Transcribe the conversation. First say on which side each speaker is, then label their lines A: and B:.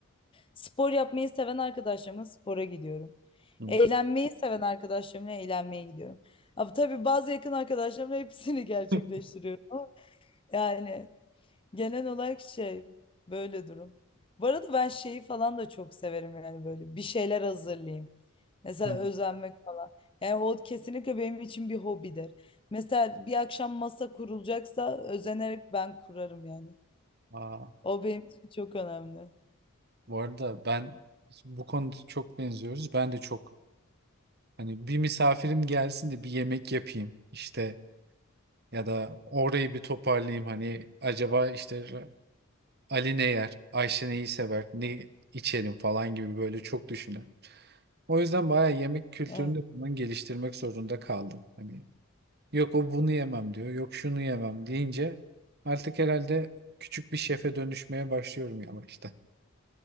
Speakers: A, on the left; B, on the right.
A: spor yapmayı seven arkadaşlarımla spora gidiyorum.
B: Hı.
A: Eğlenmeyi seven arkadaşlarımla eğlenmeye gidiyorum. Ama tabii bazı yakın arkadaşlarımla hepsini <laughs> gerçekleştiriyorum.
B: <laughs>
A: Ama Yani Genel olarak şey böyle durum. Bu arada ben şeyi falan da çok severim yani böyle bir şeyler hazırlayayım. Mesela
B: Hı.
A: özenmek falan. Yani o kesinlikle benim için bir hobidir. Mesela bir akşam masa kurulacaksa özenerek ben kurarım yani.
B: Aa,
A: O benim için çok önemli.
B: bu arada ben bu konuda çok benziyoruz. Ben de çok Hani bir misafirim gelsin de bir yemek yapayım işte ya da orayı bir toparlayayım hani acaba işte Ali ne yer, Ayşe neyi sever, ne içelim falan gibi böyle çok düşünürüm. O yüzden bayağı yemek kültürünü
A: Evet.
B: de falan geliştirmek zorunda kaldım. Hani yok o bunu yemem diyor, yok şunu yemem deyince artık herhalde küçük bir şefe dönüşmeye başlıyorum yavaştan.